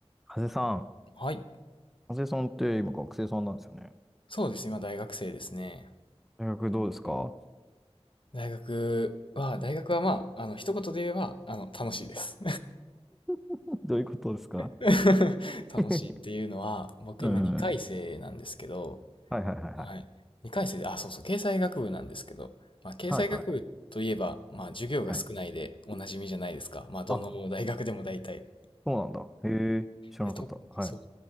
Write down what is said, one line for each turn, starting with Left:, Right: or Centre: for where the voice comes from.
Centre: ハゼさん、
Left: はい。
Centre: ハゼさんって今学生さんなんですよね。
Left: そうです。今、大学生ですね。
Centre: 大学どうですか
Left: 大学は、大学はまあ、あの、一言で言えば、あの、楽しいです。
Centre: <laughs> どういうことですか
Left: <laughs> 楽しいっていうのは、
Centre: <laughs>
Left: 僕今2回生なんですけど、
Centre: うん。はいはいはいはい。
Left: はい。2回生で、あ、そうそう、経済学部なんですけど、まあ、経済学部といえば、
Centre: はいはいは
Left: まあ、授業が少ないでおなじみじゃないですか。
Centre: いはい。
Left: まあ、どの大学でも大体。
Centre: あ、そうなんだ。へえ、知らなかった。
Left: で、と、
Centre: はい。
Left: そう。